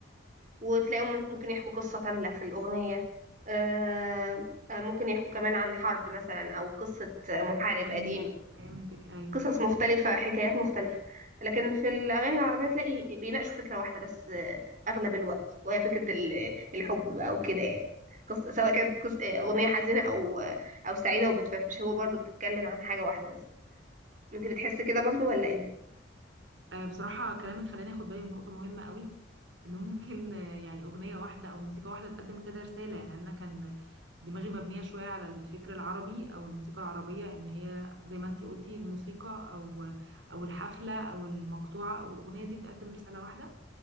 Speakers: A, on the right; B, on the right.
A: وتلاقيهم ممكن يحكوا قصة كاملة في الأغنية آه، آه، ممكن يحكوا كمان عن حرب مثلا أو قصة محارب
B: امم
A: قديم
B: فهمتك أيوه
A: قصص مختلفة حكايات مختلفة لكن في الأغاني العربية تلاقي بيناقشوا فكرة واحدة بس آه، أغلب الوقت وهي فكرة ال- الحب أو كده يعني قصة سواء كانت قص- آه، أغنية حزينة أو آه، أو سعيدة وبتفرفش هو برضو بتتكلم عن حاجة واحدة بس أنت بتحس كده برضو ولا إيه؟
B: آه، بصراحة كلامك خلاني اخد بالي من نقطة مهمة قوي ان ممكن آه، يعني اغنية واحدة او موسيقى واحدة تقدم كده رسالة يعني انا كان دماغي مبنية شوية على الفكر العربي او الموسيقى العربية ان هي زي ما انتي قلتي الموسيقى او او الحفلة او المقطوعة او الاغنية دي بتقدم رسالة واحدة